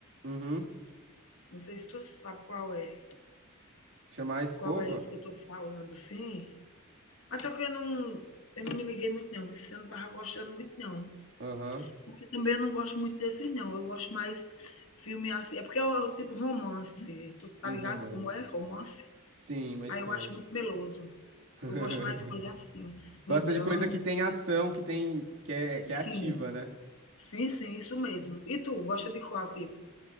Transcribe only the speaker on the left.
Não sei se tu sabe qual é.
Qual é esse que eu tô falando, sim? Mas só que eu não eu não me liguei muito não, viu, eu não estava gostando muito não,
porque também eu não gosto muito desses não, eu gosto mais filme assim é porque é o tipo romance, tu tá
ligado
como é romance?
Aí eu acho muito meloso.
Eu gosto mais de coisa assim, de
drama,
de suspense.
Sim.
Sim, sim, isso mesmo. E tu, gosta de qual tipo?